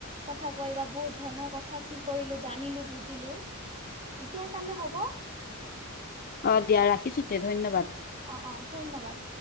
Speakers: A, on the right (about 25°); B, on the left (about 40°).
A: কথা কৈ বা বহুত ধৰণৰ কথা কি কৰিলো জানিলো বুজিলো। এতিয়াৰ কাৰণে হ'ব।
B: অ দিয়া ৰাখিছো তে ধন্যবাদ।
A: অ অ ধন্যবাদ।